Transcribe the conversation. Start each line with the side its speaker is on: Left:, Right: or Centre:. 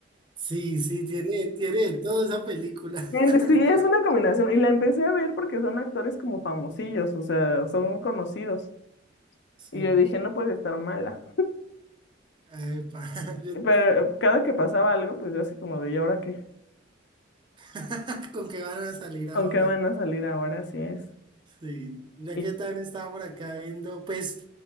Right: sí, sí, tiene, tiene de todo esa película.
Left: Él-
Right: <laughs>
Left: Sí, es una combinación. Y la empecé a ver porque son actores como famosillos, o sea, son conocidos.
Right: Sí,
Left: Y yo dije, no puede estar mala.
Right: epa, <laughs> yo-
Left: Pero cada que pasaba algo, pues yo así como de, ¿y ahora qué?
Right: <laughs> ¿Con qué van a salir
Left: ¿Con
Right: ahora?
Left: qué van a salir ahora? Así es.
Right: Sí, ya
Left: Y,
Right: que tan estaba por acá viendo, pues,